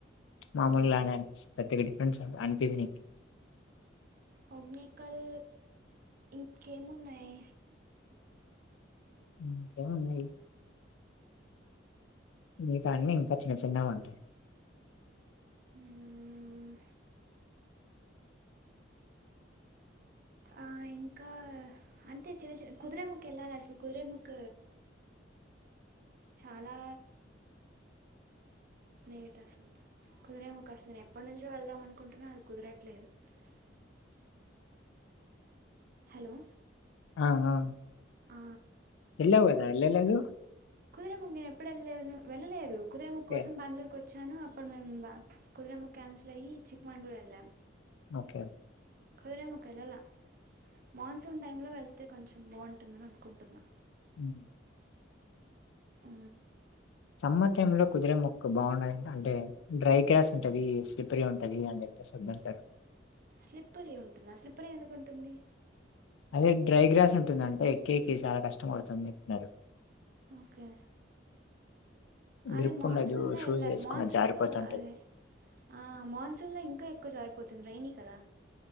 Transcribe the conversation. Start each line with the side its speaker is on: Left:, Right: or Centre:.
Left: మామూలుగా
Right: మ్మ్.
Left: నే అనిపిస్తది పెద్ద గా డిఫరెన్స్ అనింపియానికి,
Right: హోగ్నేకల్ ఇంకేమున్నాయి,
Left: ఉ ఏమో ఉన్నాయి, మిగతా అన్ని ఇంకా చిన్న చిన్నవి ఉంటాయి,
Right: మ్మ్. ఆ ఇంకా అంటే చిన్న చిన్న కుదిరేముకు వెళ్ళాలి అసలు కుదురే ముక్క చాలా లేట్ అసలు కుదరేముకు అసలు నేను ఎప్పటి నుంచో వెళ్దాం అనుకుంటున్నా అది కుదరట్లేదు, <unintelligible> హలో
Left: ఆ ఆ
Right: ఆ,
Left: వెళ్ళవు కదా వెళ్ళలేదు,
Right: కుదరేముగ్ నేను ఎప్పుడు వెళ్ వెళ్లేదు కుదరేముగ్
Left: ఓకే
Right: కోస బంగళూరుకి వచ్చా, అప్పుడు మే కుదిరమ్ కన్సల్ అయి చిక్మంగళూరు వెళ్ళాం
Left: ఓకే
Right: కుదిరే ముక్క ఒక వెళ్ళలా మాన్సూన్ టైంలో వెళ్తే కొంచెం బాగుంటుందని అనుకుంటున్నాను,
Left: ఉ
Right: అ
Left: సమ్మర్ టైమ్ లో కుదిరే ముక్కు బాగుండాది అంటే డ్రై గ్రాస్ ఉంటది, స్లిప్పరి ఉంటది, అని చెప్పేసి వద్దంటారు.
Right: స్లిప్పరి ఉంటుంద స్లిప్పరి ఎందుకు ఉంటుంది.
Left: అదే డ్రై గ్రాస్ ఉంటుందంటే ఎక్కేకి చాలా కష్టం మావూతుంది అంటన్నారు,
Right: ఓకే అదే
Left: గ్రిప్
Right: మాన్సూన్లో
Left: ఉన్న షూస్
Right: వెళ్ళాలి
Left: వేసుకున్నది
Right: మాన్సూన్లో
Left: జారిపోతుంటది,
Right: అదే ఆ మాన్సూన్ లో ఇంకా ఎక్కువ జారిపోతుంది, రైనీ కదా